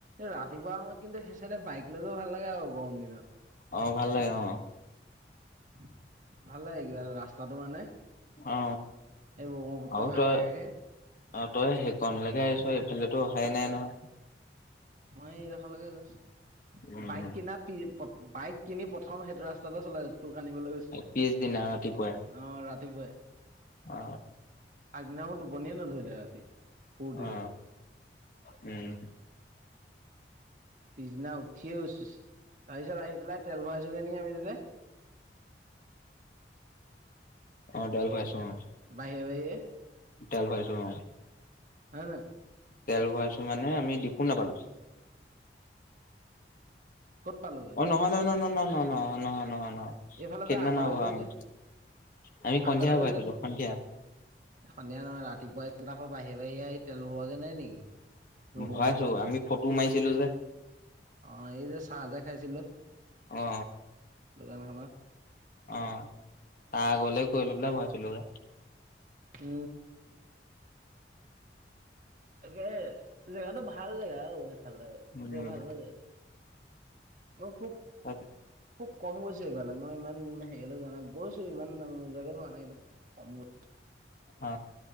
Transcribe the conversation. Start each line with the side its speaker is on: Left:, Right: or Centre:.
Right: ৰাতিপুৱা সময়ত কিন্তু সেইচেদে বাইক লৈ গৈও ভাল লাগে আৰু গৰম দিনত
Left: অ ভাল লাগে অ
Right: <unintelligible> ভাল লাগে কিব ৰাস্তাটো মানে এই
Left: অ
Right: ব্ৰহ্মপুত্ৰৰ
Left: আৰু
Right: কাষে
Left: তই
Right: কাষে
Left: অ তই সেইকণলৈকে আহিছ এইফালেটো অহাই নাই নহয়
Right: মই এইডখৰলৈকে গৈছো
Left: উম
Right: বাইক কিনা প বাইক কিনি প্ৰথম সেইটো ৰাস্তাতে চলাই তোক আনিবলৈ গৈছ অ
Left: পিছদিনা ৰাতিপুৱাই
Right: ৰাতিপুৱাই
Left: অ
Right: আগদিনা মোৰ টোপনিয়ে নধৰিলে ৰাতি ফুৰটিতে
Left: অ উম
Right: পিছদিনা উঠিয়ে গৈছো তাৰ পিছত আহি পেলাই তেল ভৰাইছগে নকি আমি <unintelligible>
Left: অ তেল ভৰাইছো অ
Right: বাহে বাহে
Left: তেল ভৰাইছো অ
Right: হয় <unintelligible>
Left: তেল ভৰাইছো মানে আমি দিপু নাপালো
Right: কত পালোগৈ
Left: অ নহয় নহ ন নহয় নহয় নহয় নহয়
Right: এইফালে
Left: সেইদিনানা
Right: যে আগলৈ
Left: ব
Right: গৈ
Left: আমি
Right: যে
Left: আমি সন্ধিয়া
Right: আগলৈ
Left: ব
Right: গৈ
Left: আছিলো
Right: যে
Left: সন্ধিয়া
Right: সন্ধিয়া নহয় ৰাতিপুৱা কেইাৰ পৰা বাহিৰে বাহিৰে আহি তেল হোৱাগে নাই নেকি ৰুমত
Left: ভয়ছো
Right: নোসোমোৱাকে
Left: আমি ফটো মাৰিছিলো যে
Right: অ এই যে চাহ দেখাইছিলো
Left: অ
Right: দোকানখনত
Left: অ তাৰ আগলে কৰিলো পাই ভয় আছিলো
Right: উ তাকে জেগাতটো ভাল জেগা আৰু ভাল লাগে
Left: উম
Right: গৈ ভাল লাগে মই খুব
Left: তাত
Right: খুব কম গৈছো এইফালে মই ইমান হেৰিালৈ জানা গৈছো ইমান জেগাতটো হোৱা নাই এই খুব কমৈ
Left: অ